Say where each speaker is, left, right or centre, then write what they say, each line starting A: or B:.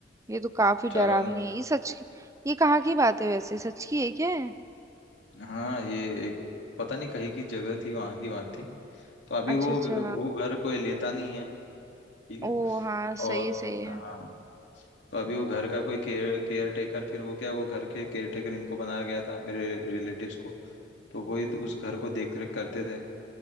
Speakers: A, on the right; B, on the left.
A: ये तो काफी डरावनी
B: चारों ने
A: है ये सच की ये कहाँ की बात है वैसे सच की है क्या है
B: हाँ ये एक पता नहीं कहीं की जगह थी वहां की बात थी तो अभी
A: अच्छा
B: वो
A: अच्छा
B: वो घर कोई लेता नहीं है ठीक है
A: ओ हाँ सही
B: और
A: है सही है
B: हाँ तो अभी वो घर का कोई केयर केयर टेकर फिर वो क्या वो घर के केयर टेकर इनको बनाया गया था मेरे रिलेटिव्स को तो वही उस घर को देख रेख करते थे